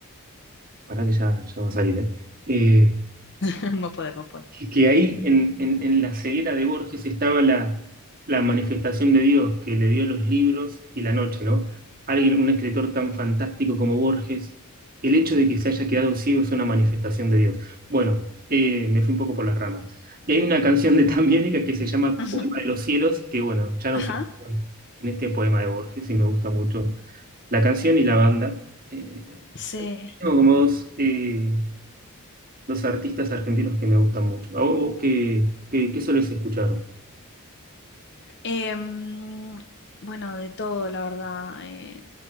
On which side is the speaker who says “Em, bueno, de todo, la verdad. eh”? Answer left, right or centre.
Left